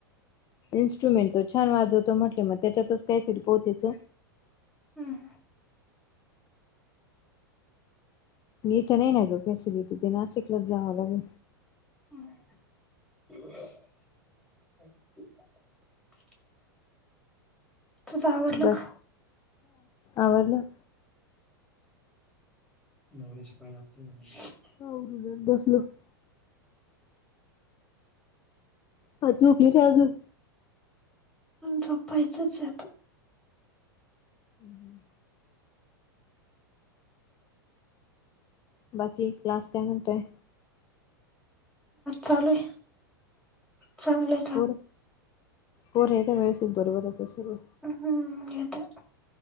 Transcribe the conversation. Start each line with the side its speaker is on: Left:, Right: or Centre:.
Left: इन्स्ट्रुमेंट तो छान वाजवतो म्हटले मग त्याच्यातच काही तरी पोतेचं.
Centre: हम्.
Left: नाहीथ नाही ना गं फॅसिलिटी ते नाशिकल जावं लाग.
Centre: हम् <inaudible> तुझं आवरलं
Left: बर
Centre: का
Left: आवरल.
Centre: नवऱ शिपाय जातो <unintelligible>
Left: र बसलो <unintelligible> अ झोपली का अजून.
Centre: झोपायचंच आहेत.
Left: हम् हम. बाकी क्लास काय म्हणतय.
Centre: चालूय चांगले.
Left: पोर पोर आहे त्या व्यवस्थित बरोबर होता सर्व.
Centre: हम्म येत.